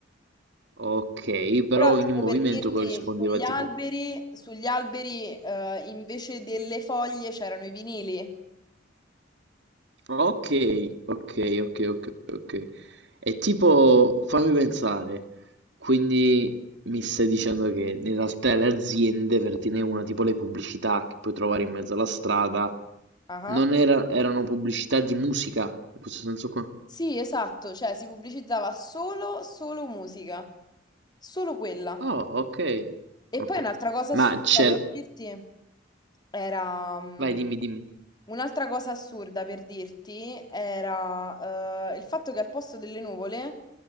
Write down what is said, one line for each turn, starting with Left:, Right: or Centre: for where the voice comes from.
Right: Ok, però
Left: Però
Right: ogni
Left: tipo
Right: movimento
Left: per dirti,
Right: corrispondeva
Left: sugli
Right: tipo...
Left: alberi, sugli alberi eh, invece delle foglie c'erano i vinili.
Right: Ok, ok, ok, ok, ok. È tipo, fammi pensare, quindi mi stai dicendo che in realtà le aziende, per dire una, tipo le pubblicità che puoi trovare in mezzo alla strada,
Left: Ah
Right: non
Left: ah.
Right: era- erano pubblicità di musica, in questo senso qua?
Left: Sì, esatto, cioè si pubblicizzava solo, solo musica, solo quella.
Right: Oh, ok,
Left: E
Right: ok.
Left: poi un'altra cosa
Right: Ma
Left: assurda
Right: c'era...
Left: per dirti era... mm,
Right: Vai, dimmi, dimmi.
Left: Un'altra cosa assurda per dirti era eh, il fatto che al posto delle nuvole